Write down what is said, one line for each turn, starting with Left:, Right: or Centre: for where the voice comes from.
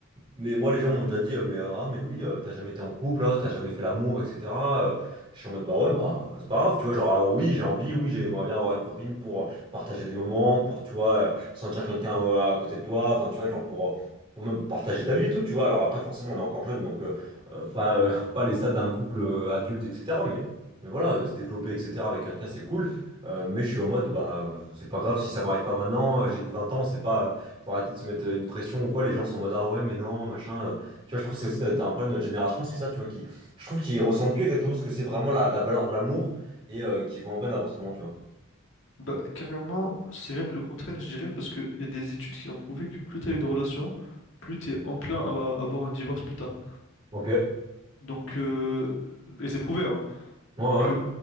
Right: mais moi, les gens m'ont déjà dit, euh, mais euh, ah, mais Louis, euh, t'as jamais été en couple, hein, t'as jamais fait l'amour, etc. Euh, je suis en mode, bah ouais, bah c'est pas grave, tu vois. Genre, alors oui, j'ai envie, oui, j'aimerais bien avoir une copine pour partager des moments, pour, tu vois, euh, sentir quelqu'un euh, à côté de toi, enfin, tu vois, genre pour, euh, pour même partager ta vie et tout, tu vois. Alors après, forcément, on est encore jeune, donc euh, euh, pas, euh, <laughs> pas les stades d'un couple euh, adulte, etc. Mais, mais voilà, euh, se développer, etc. avec quelqu'un, c'est cool. Euh, mais je suis en mode, bah, euh, c'est pas grave si ça m'arrive pas maintenant, euh, j'ai que 20 ans, c'est pas. Faut arrêter de se mettre euh, une pression ou quoi, les gens sont en mode ah ouais mais non, machin. euh. Tu vois, je trouve que c'est aussi notre- un problème de notre génération, c'est ça, tu vois, qui, je trouve qu'ils ressentent plus exactement ce que c'est vraiment la, la valeur de l'amour et qui vont un peu n'importe comment, tu vois.
Left: Bah, carrément, c'est même le contraire, je dirais, parce qu'il y a des études qui ont prouvé que plus t'as eu de relations, plus t'es enclin à à avoir un divorce plus tard.
Right: Ok, ouais,
Left: Donc, euh, et c'est prouvé, hein.
Right: ouais,
Left: Donc, euh,